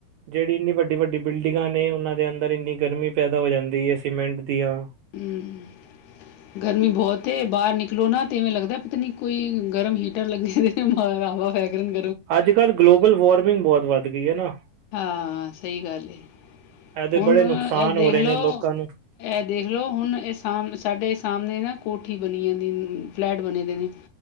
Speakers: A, on the right (about 80°); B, on the left (about 75°).
A: ਜਿਹੜੀ ਇੰਨੀ ਵੱਡੀ, - ਵੱਡੀ ਬਿਲਡਿੰਗਾਂ ਨੇ, ਉਹਨਾਂ ਦੇ ਅੰਦਰ ਇੰਨੀ ਗਰਮੀ ਪੈਦਾ ਹੋ ਜਾਂਦੀ, ਹੈ ਸੀਮੈਂਟ ਦੀਆਂ <inaudible>
B: ਹਮ
A: <unintelligible>
B: ਗਰਮੀ ਬਹੁਤ ਏ, ਬਾਹਰ ਨਿਕਲੋ ਨਾ ਤੇਵੇਂ ਲੱਗਦਾ ਪਤਾ ਨਹੀ ਕੋਈ ਗਰਮ ਹੀਟਰ, ਲੱਗੇ ਹਵਾ ਗਰਮ
A: ਅੱਜ -ਕੱਲ੍ਹ ਗਲੋਬਲ ਵਾਰਮਿੰਗ ਬਹੁਤ, ਵੱਧ ਗਈ ਹੈ ਨਾ
B: ਹਾਂ, ਸਹੀ ਗੱਲ, ਏ
A: ਇਹਦੇ
B: ਹੁਣ
A: ਬੜੇ
B: ਇਹ
A: ਨੁਕਸਾਨ
B: ਦੇਖ
A: ਹੋ ਰਹੇ
B: ਲਓ
A: ਨੇ ਲੋਕਾਂ ਨੂੰ।
B: ਇਹ ਦੇਖ ਲਓ ਹੁਣ ਇਹ ਸਾਡੇ ਸਾਮਣੇ ਨਾ ਕੋਠੀ ਬਣੀ ਜਾਂਦੀ, ਫਲੈਟ ਬਣੇ ਦੇ ਨੇ